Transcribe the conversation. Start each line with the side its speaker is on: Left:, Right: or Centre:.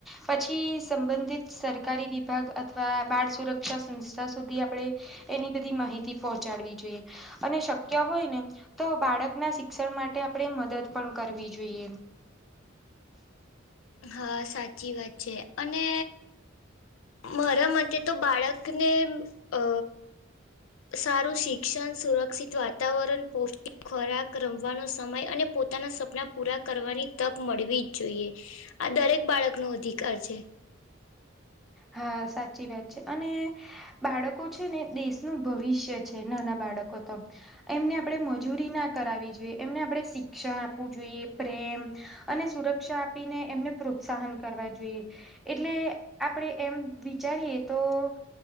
Centre: પછી સંબંધિત સરકારી વિભાગ અથવા બાળ સુરક્ષા સંસ્થા સુધી આપડે એની બધી માહિતી પહોંચાડવી જોઈએ અને શક્ ક્ય હોય ને તો બાળકના શિક્ષણ માટે આપણે મદદ પણ કરવી જોઈએ.
Left: હા સાચી વાત છે અને મારા મતે તો બાળકને અ સારું શિક્ષણ, સુરક્ષિત વાતાવરન, પોષ્ટિક ખોરાક, રમવાનો સમય અને પોતાના સપના પૂરા કરવાની તક મળવી જ જોઈએ આ દરેક બાળકનો અધિકાર છે.
Centre: હા સાચી વાત છે અને બાળકો છે ને દેશનું ભવિષ્ય છે નાના બાળકો તો એમને આપણે મજૂરી ના કરાવવી જોઈએ એમને આપણે શિક્ષણ આપવું જોઈએ પ્રેમ અને સુરક્ષા આપીને એમને પ્રોત્સાહન કરવા જોઈએ એટલે આપણે એમ વિચારીએ તો